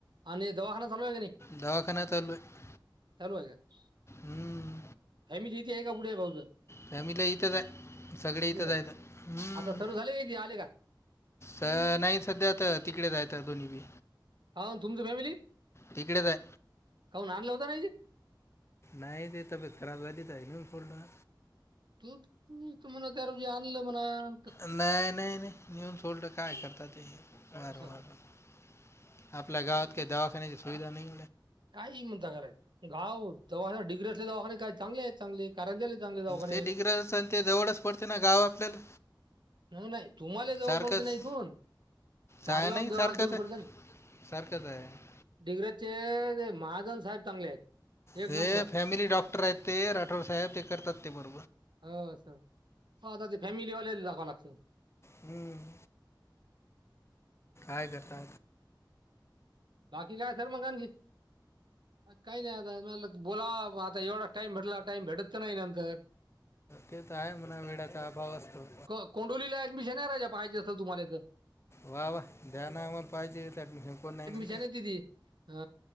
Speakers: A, on the right; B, on the left.
A: आणि दवाखाना चालू आहे काय नाही. <inaudible>
B: दवाखाना चालू आहे
A: चालू आहे काय? <inaudible>
B: हम्म.
A: हाय मी इथे आहे काय कुठे आहे भाऊ तुजा?
B: फॅमिला इथच हाय सगळे इथच
A: आहे
B: हाईत
A: का
B: आणि
A: आता सर्व झाले का इथे आले का
B: <inaudible> अ नाही सध्या तर तिकडे जायचं दोन्ही बी
A: अहो तुमची फॅमिली <inaudible>
B: तिकडेच आहे
A: काहून आणला होता ना इथे?
B: नाही ते त खराब झाली तर इथून पुढणं
A: <unintelligible>
B: नाही नाही नाही, नेऊन सोडलं काय करत ते. <unintelligible>
A: असं
B: आपल्या गावात काही दवाखान्याची सुविधा नाही.
A: काहीही म्हणता कारे गाव दवाखाने डिग्री असलेले दवाखाने काय चांगले आहेत चांगले. कारंजाले चांगले दवाखाने
B: ते
A: आहेत.
B: डिग्र आणि ते जवळच पडते ना गाव आपल्याला
A: नाही तुम्हाला जवळ
B: सारखंच
A: पडते ना इथून? धारगावहुन
B: आहे नाही
A: जवळ
B: सारखंच
A: दूर
B: आहे
A: पडत
B: सारखंच आहे
A: डिग्रीचे मा आजून साहेब चांगले आहेत. एक
B: ते
A: नंबर
B: फॅमिली डॉक्टर आहेत ते राठोड साहेब चेक करतात ते पण
A: हों असं हो आता ते फॅमिलीवालेला दाखवावं लागते.
B: हम्म. काय करता?
A: बाकी काय सर मग आणखी? काही नाही आता बोला आता एवढा टाइम भेटला टाइम भेटत तर नाही नंतर.
B: ते तर आहे म्हणा वेळाचा अभाव असतो
A: <inaudible> क कोंडोलीला ऍडमिशन आहे राजा पाहायचे असलं तुम्हाले तर
B: वा वा, द्या ना आम्हाला पाहिजेे ऍडमिशन कोण नाही म्हणत
A: चाललं दीदी अ